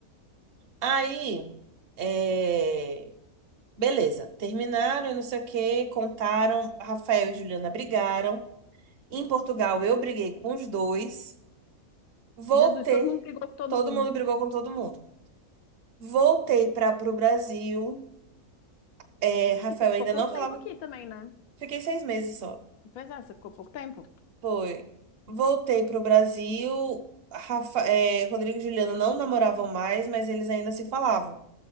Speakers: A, on the right; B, on the left.
A: Aí, é, beleza, terminaram, e não sei o que, contaram, Rafael e Juliana brigaram. Em Portugal, eu briguei com os dois. Voltei,
B: Jesus, todo mundo brigou com todo
A: todo
B: mundo.
A: mundo brigou com todo mundo. Voltei para pro Brasil, é, Rafael
B: E você ficou
A: ainda
B: pouco
A: não falava,
B: tempo aqui também, né?
A: fiquei seis meses só.
B: Pois é, você ficou pouco tempo.
A: Foi, voltei pro Brasil, Rafa, é, Rodrigo e Juliana não namoravam mais, mas eles ainda se falavam.